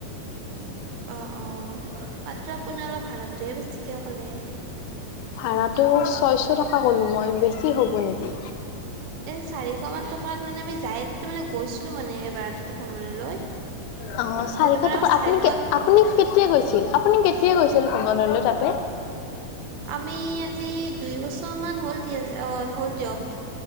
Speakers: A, on the right; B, on the left.
A: অ অ পাত্ৰ আপুনি অলপ ভাড়াটোয়ে বেছিকে কলে।
B: ভাড়াটো ছয়শ টকা কলো মই বেছি হ'ব নে নেকি?
A: এ চাৰিশ মান টকা মানে আমি যায় তাতে মানে গৈছিলো। মানে এবাৰ তাতে ভ্ৰমণ লৈ,
B: অ চাৰিশ
A: তোমাৰ
B: টকা
A: চাৰিশ,
B: আপুনি আপুনি কেতিয়া গৈছিল আপুনি কেতিয়া গৈছিল ভ্ৰমণলৈ তাতে?
A: আমি আজি দুই বছৰ - ছ মান হ'ল দিয় আছে অ। হল দিওক।